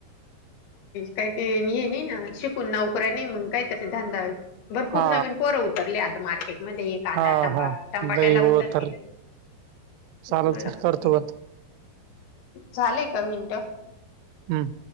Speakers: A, on the left; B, on the right.
A: काही हे नाही ना शिकून नोकऱ्या नाही मग काय तरी धंदा भरपूर
B: हा
A: नवीन कोरं उतरले आता मार्केटमध्ये कांदा
B: हा
A: तंबा
B: हा
A: तंबाट्याला
B: लई हो
A: उतर
B: तर
A: दिलं
B: चालेल
A: त्या लक्षात
B: चाल करतो
A: घ
B: बंद
A: झालेय का मिंट
B: हम्म